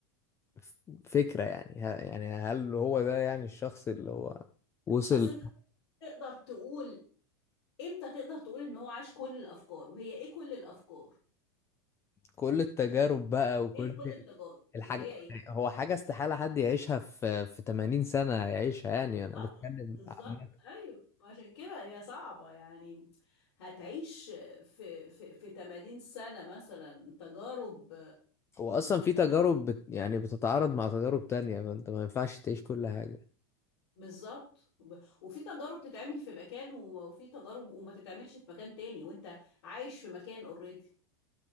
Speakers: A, on the left; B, on the left.
A: ف- فكرة يعني ه... يعني هل هو ده يعني الشخص اللي هو وصل
B: اصل انت تقدر تقول امتى تقدر تقول ان هو عاش كل الافكار وهي ايه كل الافكار
A: كل التجارب بقى وكل
B: ايه كل التجارب
A: الحاجة
B: اللي هي ايه
A: هو حاجة استحالة حد يعيشها في في 80 سنة يعيشها يعني أنا
B: آه،
A: بتكلم
B: بالظبط
A: عامة
B: ايوه عشان كده هي صعبة يعني هتعيش في في في 80 سنة مثلا تجارب
A: هو أصلا في تجارب بت يعني بتتعارض مع تجارب تانية فأنت ما ينفعش تعيش كل حاجة
B: بالظبط وب- وفي تجارب تتعمل في مكان وم- وفي تجارب وما تتعملش في مكان تاني وانت عايش في مكان اوريدي